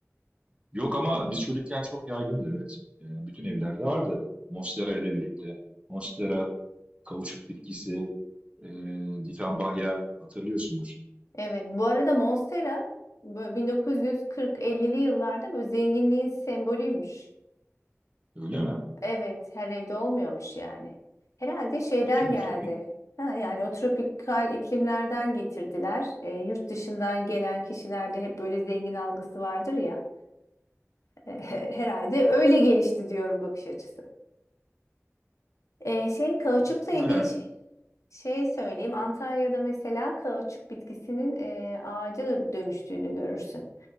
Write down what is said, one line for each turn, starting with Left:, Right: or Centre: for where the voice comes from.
Right: Yok ama biz çocukken çok yaygındı evet. Yani bütün evlerde vardı. Monstera ile birlikte. Monstera, kauçuk bitkisi, e, ditambayha hatırlıyorsundur.
Left: Evet. Bu arada Monstera bö- 1940-50'li yıllarda bu zenginliğin sembolüymüş.
Right: Öyle mi?
Left: Evet, her evde olmuyormuş yani. Herhalde şeyden
Right: Bir tabii
Left: geldi.
Right: tropik.
Left: Ha, yani o tropikal iklimlerden getirdiler. E, yurt dışından gelen kişilerde hep böyle zengin algısı vardır ya. E, he- Herhalde öyle gelişti diyorum bakış açısı. Ee, şey kauçukla
Right: muhtemelen,
Left: ilgili şey, şey söyleyeyim. Antalya'da mesela kauçuk bitkisinin e, ağaca dö- dönüştüğünü görürsün.